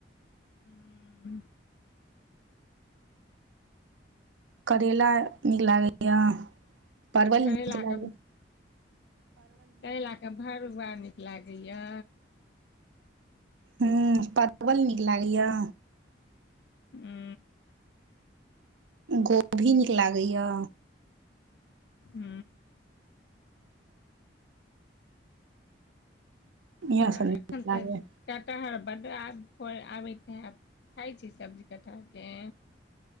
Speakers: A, on the left; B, on the right.
A: हूँ।
B: करैला नीक लागैय परवल
A: करैलाके
B: नीक लागै।
A: करेलाके भरुआ नीक लागै य।
B: हूँ पतवल नीक लागै य।
A: ह
B: गोभी नीक लागै य।
A: हूँ।
B: इएह
A: आओर
B: सब
A: एखन
B: नीक लागैया
A: तैक। कटहर बढ आब फरै आबैत हैत खाइ छी सब्जी कटहरकेँ।